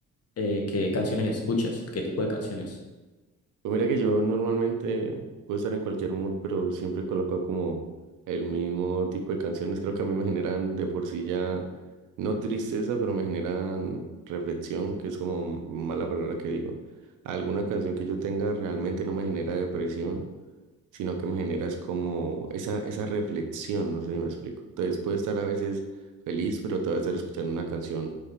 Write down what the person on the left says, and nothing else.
eh, ¿qué canciones escuchas? ¿Qué tipo de canciones?